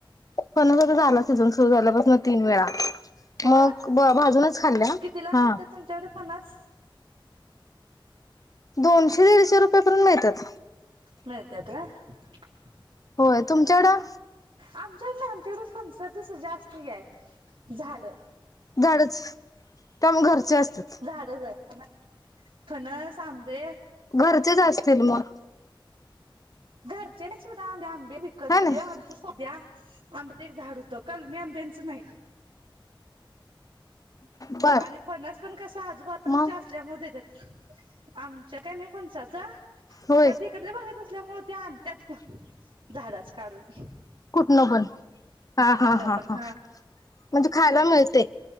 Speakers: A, on the left (about 40°); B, on the right (about 70°).
A: फणस झाला सीझन सुरू झाल्यापासून तीन वेळा.
B: हो
A: मग भाजूनच खाल्ल्या
B: कितीला मिळत्यात
A: हा
B: तुमच्याकडे फणस
A: दोनशे दीडशे रुपयापर्यंत मिळत्यात.
B: मिळत्यात <inaudible>
A: होय तुमच्याकडं?
B: आमच्याक नाही आमच्याकड फणस कसं जास्त ढिग आहे झाड.
A: झाडच त्यामुळे घरचे असतात
B: झाडं ज <unintelligible> ह <unintelligible> फणस आंबे.
A: घरचेच असतील मग.
B: घरच्यांनीच कुठं आंबे आण म विकत
A: हा
B: घे
A: ना
B: आमचं सध्या आंब्याचं एक झाड होत कालमी आंब्यांचं नाही.
A: बर
B: आणि फणस पण कसं आजूबाजूंच्या
A: मग
B: असल्यामुळे देत्यात आमच्या काय नाही फणसाचं
A: हो
B: तिकडल्या भागत असल्यामुळे हो ते आणतात झाडच कारून
A: कुठनं पण हा
B: कुठनं
A: हा हा
B: पण
A: हा म्हणजे खायला मिळते